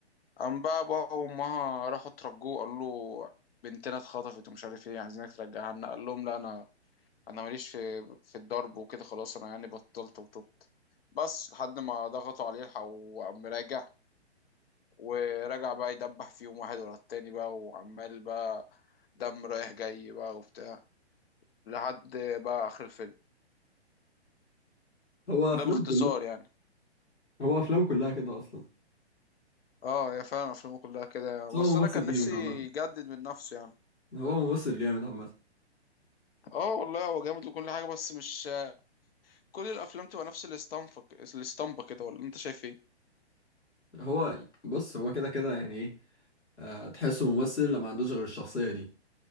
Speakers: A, on the left; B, on the left.
A: قام بقى بابا وأمها راحوا ترجوه قالوا له بنتنا اتخطفت ومش عارف ايه عايزينك ترجعها لنا قال لهم لا أنا أنا ماليش في في الضرب وكده خلاص أنا يعني بطلت وتوبت بس لحد ما ضغطوا عليه الحق وقام راجع ورجع بقى يدبح فيهم واحد ورا التاني بقى وعمال بقى دم رايح جاي بقى وبتاع لحد بقى آخر الفيلم
B: هو
A: ده
B: افلام
A: باختصار
B: كلها
A: يعني
B: هو افلام كلها كده اصلا
A: اه يا فعلا افلامه كلها كده يعني.
B: بس هو
A: بس انا
B: ممثل
A: كان
B: جامد
A: نفسي
B: عامه
A: يجدد من نفسه يعني
B: هو ممثل جامد عامه
A: اه والله هو جامد وكل حاجه بس مش كل الافلام تبقى نفس الاسطمبه ك- الاسطمبه كده ولا انت شايف ايه
B: هو بص هو كده كده يعني ايه آه تحسه ممثل لما ما عندوش غير الشخصيه دي